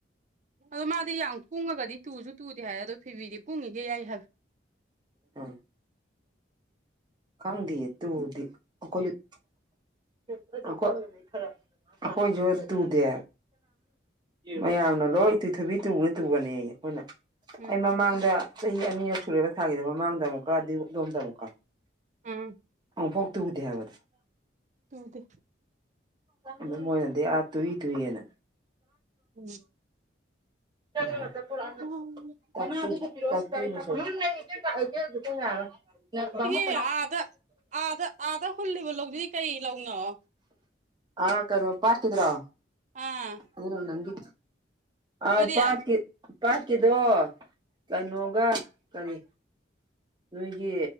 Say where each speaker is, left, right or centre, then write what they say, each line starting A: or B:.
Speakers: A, on the right (about 40°); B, on the right (about 25°).
A: ꯑꯗꯣ ꯃꯥꯗꯤ ꯌꯥꯝ ꯀꯨꯡꯉꯒꯗꯤ ꯇꯨꯁꯨ ꯇꯨꯗꯦ ꯍꯥꯏ ꯑꯗꯣ ꯐꯤꯕꯤꯗꯤ ꯄꯨꯡꯉꯤꯒꯩ ꯌꯥꯏ ꯍꯥꯏꯕ
B: ꯎꯝ ꯈꯪꯗꯦ ꯇꯨꯗꯦ ꯑꯩꯈꯣꯏꯖꯨ ꯑꯩꯈꯣꯏꯁꯨ ꯇꯨꯗꯦ ꯃꯌꯥꯝꯅ ꯂꯣꯏ ꯇꯣꯏ ꯊꯨꯕꯤ ꯇꯨꯕꯅꯤ ꯇꯨꯒꯅꯤ ꯑꯩ ꯑꯩꯈꯣꯏꯅ
A: ꯎꯝ
B: ꯑꯩ ꯃꯃꯥꯡꯗ ꯆꯍꯤ ꯑꯅꯤꯔꯛ ꯁꯨꯔꯦꯕ ꯊꯥꯒꯤꯗ ꯃꯃꯥꯡꯗ ꯑꯃꯨꯛꯀ ꯑꯗꯨ ꯑꯗꯣꯝꯗ ꯑꯃꯨꯛꯀ
A: ꯎꯝ
B: ꯑꯝ ꯐꯣꯛ ꯇꯨꯗꯦ ꯍꯥꯏꯕꯗ ꯑꯗꯨ
A: ꯇꯨꯗꯦ
B: ꯑꯗꯨ ꯃꯣꯏꯅꯗꯤ ꯑꯥ ꯇꯨꯏ ꯇꯨꯏꯅ
A: ꯎꯝ
B: <unintelligible>
A: ꯎꯝ
B: <unintelligible>
A: ꯑꯦ ꯑꯥꯗ ꯑꯥꯗ ꯑꯥꯗ ꯍꯨꯜꯂꯤꯕ ꯂꯧꯗꯨꯗꯤ ꯀꯩ ꯂꯧꯅꯣ
B: ꯑꯥ ꯀꯩꯅꯣ ꯄꯥꯠꯀꯤꯗꯨꯔꯣ
A: ꯑꯥ
B: ꯑꯗꯨ ꯅꯪꯒꯤ ꯑꯥ
A: ꯀꯔꯤ
B: ꯄꯥꯠ ꯄꯥꯠꯀꯤꯗꯣ ꯀꯩꯅꯣꯒ ꯀꯔꯤ ꯅꯣꯏꯒꯤ